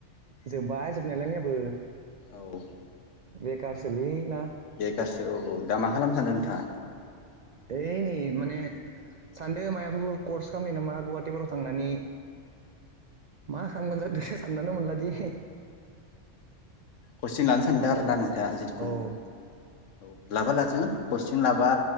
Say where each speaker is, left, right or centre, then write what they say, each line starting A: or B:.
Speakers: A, on the right; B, on the left.
A: जोबबाय जोबनायालाय आंनियाबो। बो।
B: औ।
A: बेखारसोलै ना?
B: दासो औ-औ दा मा खालामनो सानदों नोंथाङा?
A: ओइ नै माने सानदो मायाबाफोर कर्स खामनो ना मा गुवाहाटिफोराव थांनानै मा खामगोन जादो साननानै मोनला दि।
B: कसिं लानो सानदों आरो ना नोंथाङा जितुखुनु?
A: उम
B: औ लाबा लाजागोन कसिं। लाबा।